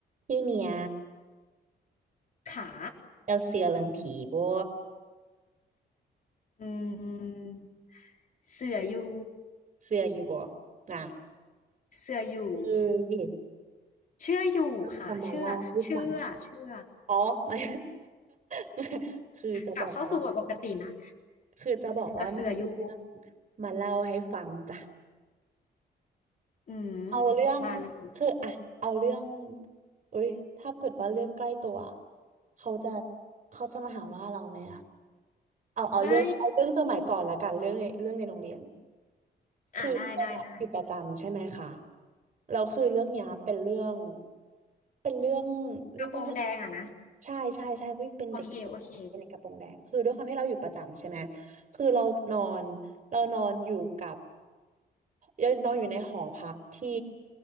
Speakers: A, on the right (about 45°); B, on the left (about 50°).
A: พี่เมีย
B: ขา
A: เราเสือเรื่องผีบ่
B: อืมเสืออยู่
A: เสืออยู่บ่น่ะ
B: เสืออยู่
A: เออ
B: เชื่ออยู่ค่ะ
A: ก็จะมาเล่าให้ฟัง
B: เชื่อ เชื่อเชื่อ
A: อ๋อ <laughs> ไม่ <laughs> คือจะบอกว่า
B: กลับเข้าสู่บทปกตินะ
A: คือจะบอกว่ามีเรื่อง
B: กระเสืออยู่
A: มาเล่าให้ฟังจ้ะ
B: อืม
A: เอาเรื่อง
B: มาเลย
A: คืออ่ะเอาเรื่องเอ้ยถ้าเกิดว่าเรื่องใกล้ตัวเขาจะเขาจะมาหาว่าเราไหมอ่ะเอาเอาเรื่องเอาเรื่องสมัยก่อนละกันเรื่องในเรื่องในโรงเรียน
B: ไม่ อ่าได้ได้ได้
A: คือปรงวัติอยู่ประจำใช่ไหมคะแล้วคือเรื่องเนี้ยเป็นเรื่องเป็นเรื่องเรียกว่า
B: กระโปรงแดงอ่ะนะ
A: ใช่ใช่ใช่พี่เป็นเด็กกระโปรงแดงเป็นเด็กกระโปรงแดงคือด้วยความที่เราอยู่ประจำใช่ไหม
B: โอเคโอเค
A: คือเรานอนเรานอนอยู่กับ ยงนอนอยู่ในหอพักที่